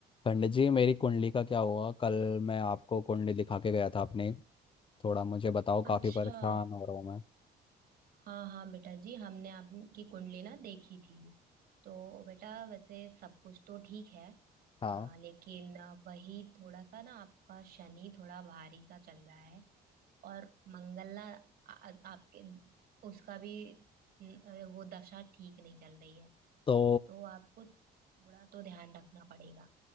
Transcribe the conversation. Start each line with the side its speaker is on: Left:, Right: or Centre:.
Left: पंडित जी मेरी कुंडली का क्या हुआ कल मैं आपको कुंडली दिखा के गया था अपनी थोड़ा मुझे बताओ
Right: अच्छा
Left: काफ़ी परेशान हो रहा हूँ मैं
Right: हाँ हाँ बेटा जी हमने आपकी कुंडली ना देखी थी तो बेटा वैसे सब कुछ तो ठीक है
Left: हाँ
Right: आ, लेकिन आ, वही थोड़ा सा ना आपका शनि थोड़ा भारी सा चल रहा है और मंगल ना आ, आ- आपके उसका भी न, आ, वो दशा ठीक नहीं चल रही है
Left: तो
Right: तो आपको थोड़ा तो ध्यान रखना पड़ेगा